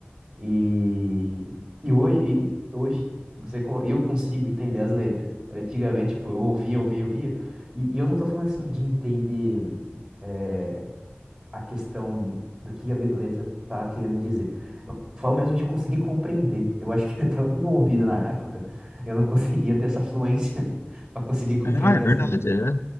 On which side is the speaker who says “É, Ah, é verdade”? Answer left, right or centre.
Left